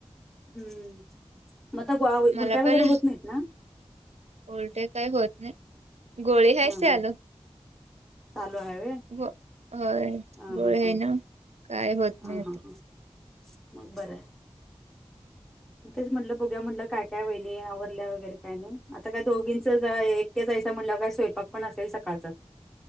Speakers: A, in the centre; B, on the right.
A: हम्म मगता ग
B: मला
A: उलट्या
B: पण
A: वगैरे होत नाहीत ना
B: उलटे काय होत नाही गोळे ह्यायचे
A: हा हा
B: आल
A: चालू आहे
B: ग होय
A: हा
B: गोळ
A: हा
B: आहे
A: हा
B: ना काय होत
A: हा
B: नाही आता
A: हा हा मग बरं तेच म्हटलं बोघ्या म्हटलं काय काय वईली आवरल्या वगैरे काय नाही आता काय दोघींच एक जायच म्हटलं काय स्वयंपाक पण असेल सकाळचाच